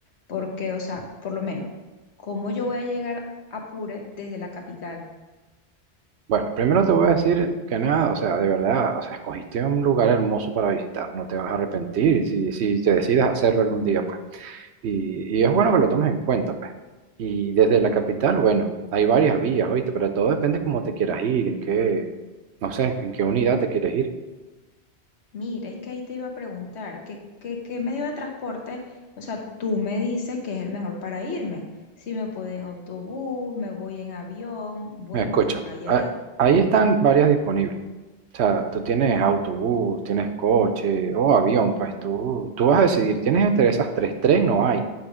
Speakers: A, on the left; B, on the right.
A: Porque, o sea, por lo menos, ¿cómo yo voy a llegar a Apure desde la capital?
B: Bueno, primero te voy a decir que nada, o sea, de verdad, o sea, escogiste un lugar hermoso para visitar. No te vas a arrepentir y si, si te decides hacerlo algún día, pues. Y, y es bueno que lo tomes en cuenta, pues. Y desde la capital, bueno, hay varias vías, ¿oíste? Pero todo depende cómo te quieras ir, en qué, no sé, en qué unidad te quieres ir.
A: Mira, es que ahí te iba a preguntar, ¿qué, qué, qué medio de transporte? O sea, tú me dices que es el mejor para irme. Si me puedo ir en autobús, me voy en avión, bueno,
B: me Escucha,
A: ahí
B: ah
A: allá.
B: ahí están varias disponibles. O sea, tú tienes autobús, tienes coche o avión, pues tú, tú vas a decidir. Tienes entre esas tres, tres no hay,